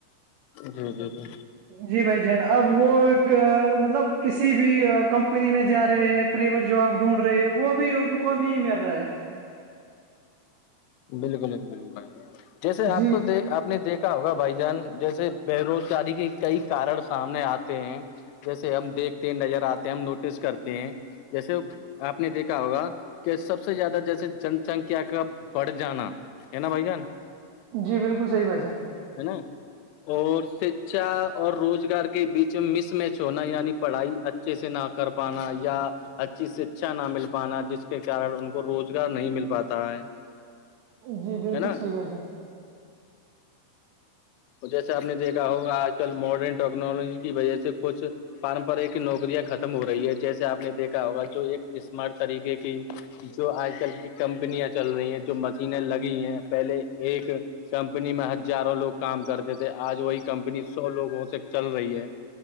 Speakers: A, on the left; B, on the right.
A: جی جی جی
B: جی بھائی جین اب وہ ایک مطلب کسی بھی کمپنی میں جا رہے ہے پرائیویٹ جاب ڈھونڈ رہے ہے وہ بھی ان کو نہیں مل رہا ہے
A: بالکل بالکل جیسے آپ
B: جی
A: کو د آپ نے دیکھ ہوگا بھائی جان جیسے بے روزگاری کے کئی کارن سامنے آتے ہیں جیسے ہم دیکھتے ہیں نظر آتے ہیں ہم نوٹس کرتے ہیں جیسے آپ نے دیکھا ہوگا کہ سب سے زیادہ جیس جن سنکھیا کا بڑھ جانا ن بھ جان
B: جی بالکل صحی بات ہے
A: ہے نا <unintelligible> اور شکھا اور روزگار کے بیچ مس میچ ہونا یعنی پڑھائی اچ اچھے سے نہ کر پانا یا اچھے سے اچھا نہ مل پانا جس کے کارن ان کو روزگار نہیں مل پاتا ہے
B: جی بالکل
A: ہے نا
B: صحی بھائی جی
A: جیسے آپ نے دیکا ہوگ آج کل ماڈرن ٹیکنالوجی کی وجہ سے کچھ پارمپر کی نوکریاں ختم ہو رہی ہے جیسے آپ نے دیکھا ہوگا جو ایک اسمارٹ طریقے کی جو آج کل کی کمپنیاں چل رہی ہیں جو مشینیں لگی ہیں پہلے ایک کمپنی میں ہزاروں لوگ کام کرتے تھے آج وہی کمپنی سو لوگوں سے چل رہی ہے